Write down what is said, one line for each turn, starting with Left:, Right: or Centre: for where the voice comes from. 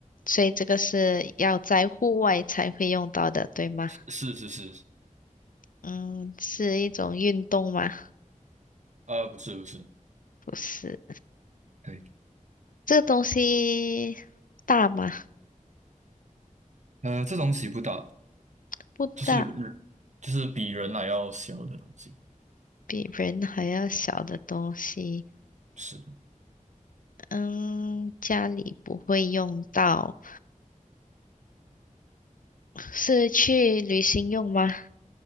Left: 所以这个是要在户外才会用到的，对吗？
Right: 是是是，
Left: 嗯，是一种运动吗？
Right: 呃，不是不是，
Left: 不是，
Right: 对，
Left: 这个东西大吗？
Right: 呃，这东西不大，
Left: 不大，
Right: 就是就是比人还要小的东西，
Left: 比人还要小的东西。
Right: 是
Left: 嗯，家里不会用到，是去旅行用吗？